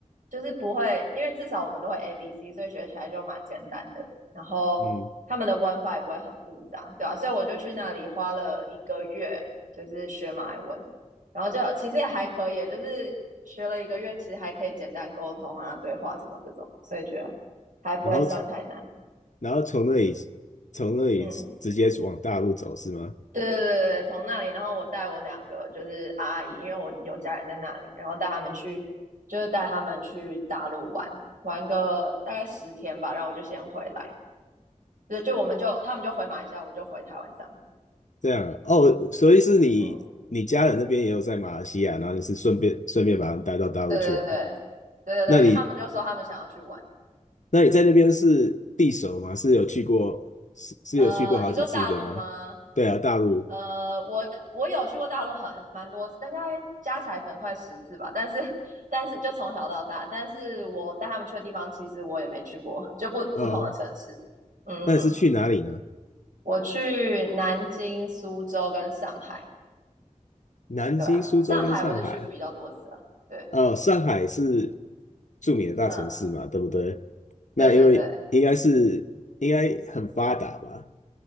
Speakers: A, on the right; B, on the left.
A: 就是不会，因为至少我们都会 A B C，所以学起来就蛮简单的。然后他们的文法也不会很复杂，
B: 嗯，
A: 对啊，所以我就去那里花了一个月，就是学马来文，然后就其实也还可以，就是学了一个月，其实还可以简单沟通啊、对话什么这种，所以觉得还不会算太难。
B: 然后从然后从那里从那里直接往大陆走是吗？
A: 嗯。对对对对，从那里，然后我带我两个就是阿姨，因为我有家人在那里，然后带他们去，就是带他们去大陆玩，玩个大概十天吧，然后我就先回来，对，就我们就他们就回马来西亚，我就回台湾这样子，
B: 这样啊哦，所以是你你家人那边也有在马来西亚，
A: 嗯，
B: 然后你是顺便顺便把他们带到大陆去玩，
A: 对对对对对对，
B: 那你
A: 因为他们就说他们想要去玩，
B: 那你在那边是地熟吗？是有去过是是有去过好几次的吗？
A: 呃，你说大陆吗？
B: 对啊，大陆。
A: 呃，我我有去过大陆很蛮多次，但大概加起来可能快十次吧。但是但是就从小到大，但是我带他们去的地方，其实我也没去过，就不不同的城市。
B: 呃，
A: 嗯嗯嗯，
B: 那你是去哪里呢？
A: 我去南京、苏州跟上海。
B: 南京、
A: 对啊，
B: 苏州跟上海。
A: 上海我就去比较多次啊。对，
B: 呃，上海是著名的大城市嘛，
A: 嗯，
B: 对不对？那因为应该是应该很发达吧？
A: 对对对。